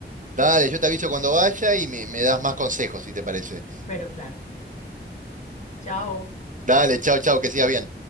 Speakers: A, on the right (about 45°); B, on the left (about 40°).
A: Dale, yo te aviso cuando vaya y me, me das más consejos, si te parece.
B: Pero claro, chao.
A: Dale, chau, chau, que sigas bien.